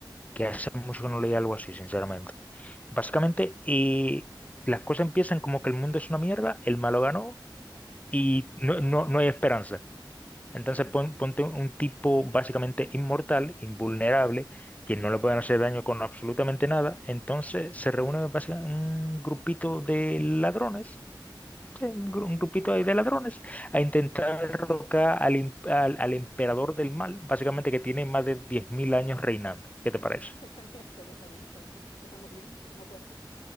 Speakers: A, on the left; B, on the left.
A: que hace mucho que no leía algo así, sinceramente. Básicamente, y las cosas empiezan como que el mundo es una mierda, el malo ganó
B: Claro, claro.
A: y no, no, no hay esperanza. Entonces
B: Bien,
A: pon- ponte un un tipo básicamente inmortal, invulnerable, que no le pueden hacer daño con absolutamente nada. Entonces se reúne básicamente un grupito de ladrones,
B: ya.
A: sí, un, gru- un grupito ahí de ladrones, a intentar derrocar al, im- al, al emperador del mal, básicamente que tiene más de 10.000 años reinando. ¿Qué te parece?
B: <laughs> La Miércoles, está bien, está bien. Empezamos bien, empezamos fuerte.